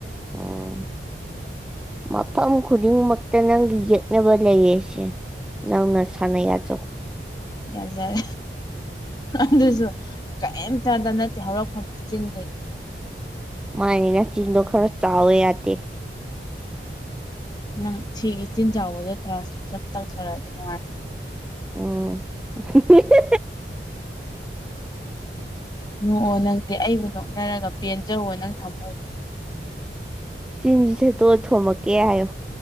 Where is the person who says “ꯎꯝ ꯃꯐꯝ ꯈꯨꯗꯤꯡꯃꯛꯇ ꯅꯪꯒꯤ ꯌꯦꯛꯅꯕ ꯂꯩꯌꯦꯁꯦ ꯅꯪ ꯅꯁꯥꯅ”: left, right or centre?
Centre